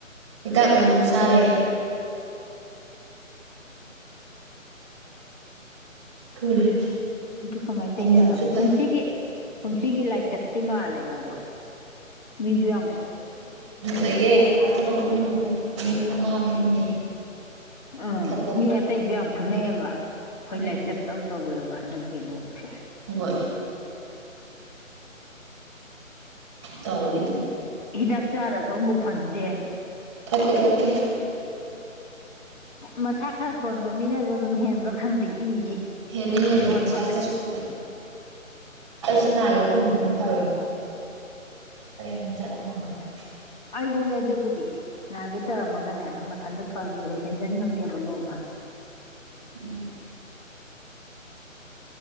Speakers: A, on the right (about 20°); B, on the left (about 35°).
A: ꯍꯤꯗꯥꯛ ꯃꯌꯥꯝꯁꯨ ꯆꯥꯔꯦ <unintelligible>
B: ꯑꯗꯨ ꯀꯃꯥꯏꯅ ꯇꯧꯏꯖꯥꯠꯅꯣ
A: ꯑꯃꯨꯛꯁꯨ ꯐꯠ
B: ꯀꯨꯝꯁꯤꯒꯤ ꯀꯨꯝꯁꯤꯒꯤ ꯂꯥꯏꯆꯠꯇꯤ ꯃꯥꯜꯂꯦ ꯃꯗꯣ ꯃꯤꯖꯨ ꯌꯥꯝ
A: ꯂꯩꯌꯦ ꯑꯥ ꯊꯕꯛ ꯃꯐꯝꯗꯨꯗ ꯃꯤ ꯑꯅꯥ ꯃꯌꯥꯝ ꯂꯩ
B: ꯑ
A: ꯐꯠꯇ
B: ꯃꯤ ꯑꯇꯩꯖꯨ ꯌꯥꯝ ꯐꯨꯅꯩꯌꯦꯕ ꯑꯩꯈꯣꯏ
A: ꯎꯝ
B: ꯂꯥꯏꯆꯠ ꯇꯧ ꯇꯧꯋꯦꯕ ꯍꯟꯗꯛꯀꯤ ꯂꯣꯛꯁꯦ
A: ꯍꯣꯏ ꯇꯧꯋꯦ ꯑꯗꯨꯝ
B: ꯍꯤꯗꯥꯛ ꯆꯥꯔꯁꯨ ꯑꯃꯨꯐꯛ ꯐꯅꯗꯦ
A: ꯐꯠꯇꯦ ꯐꯠꯇꯦ
B: ꯃꯁꯥ ꯈꯔ ꯁꯣꯟꯕ ꯃꯤꯅꯁꯨ ꯑꯗꯨꯝ ꯍꯦꯟꯕ꯭ꯔꯥ ꯈꯪꯗꯦ ꯏꯁꯤ
A: ꯍꯦꯜꯂꯤ ꯍꯦꯜꯂꯤ
B: ꯁꯣꯟꯕ
A: ꯃꯁꯥ ꯈꯔ ꯁꯤꯟꯕ ꯑꯩꯁꯨ ꯅꯥꯒꯦ ꯇꯧꯅꯕꯅꯤ ꯐꯔꯤꯅꯦ <unintelligible>
B: ꯑꯩꯁꯨꯅꯦ ꯑꯗꯨꯕꯨꯗꯤ ꯅꯥꯒꯤ ꯇꯧꯔꯝꯃꯒꯅꯦ ꯑꯗꯨꯝ ꯃꯊꯟꯇ ꯐꯈꯤꯕ ꯍꯦꯟꯖꯟ ꯉꯝꯗꯦꯕ ꯂꯣꯛꯅ
A: ꯎꯝ